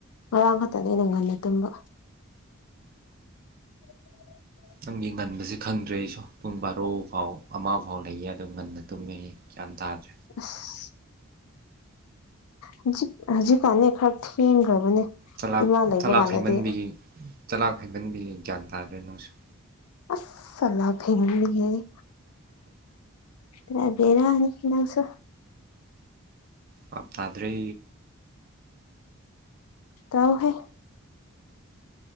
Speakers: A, on the left; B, on the right.
A: ꯉꯔꯥꯡ ꯈꯛꯇꯅꯦ ꯑꯩꯅ ꯉꯟꯅ ꯇꯨꯝꯕ꯫ <inaudible>
B: ꯅꯪꯒꯤ ꯉꯟꯕꯁꯦ ꯈꯪꯗ꯭ꯔꯦ ꯑꯩꯁꯨ ꯄꯨꯡ ꯕꯥꯔꯣ ꯐꯥꯎ ꯑꯃ ꯐꯥꯎ ꯂꯩꯌꯦ ꯑꯗꯨꯝ ꯉꯟꯅ ꯇꯨꯝꯃꯦꯌꯦ꯫ ꯒꯌꯥꯟ ꯇꯥꯗ꯭ꯔꯦ
A: ꯑꯁ ꯍꯧꯖꯤꯛ ꯍꯧꯖꯤꯛꯀꯥꯟꯗꯤ ꯈꯔ ꯊꯦꯡꯈ꯭ꯔꯕꯅꯦ꯫
B: ꯆꯂꯥꯛ
A: ꯏꯃꯥ ꯂꯩꯕ
B: ꯆꯂꯥꯛ
A: ꯀꯥꯟꯗꯗꯤ
B: ꯍꯩꯃꯟꯕꯒꯤ ꯆꯂꯥꯛ ꯍꯩꯃꯟꯕꯒꯤ ꯒ꯭ꯌꯥꯟ ꯇꯥꯗ꯭ꯔꯦ ꯅꯪꯁꯨ꯫
A: ꯑꯁ ꯁꯂꯥꯛ ꯍꯩꯃꯟꯕꯒꯤ ꯍꯥꯏꯌꯦ ꯄꯨꯔꯥ ꯕꯦꯔꯥꯅꯤꯍꯦ ꯅꯪꯁꯨ꯫
B: ꯕꯥꯞ ꯇꯥꯗ꯭ꯔꯦ꯫
A: ꯇꯥꯎ ꯍꯦ꯫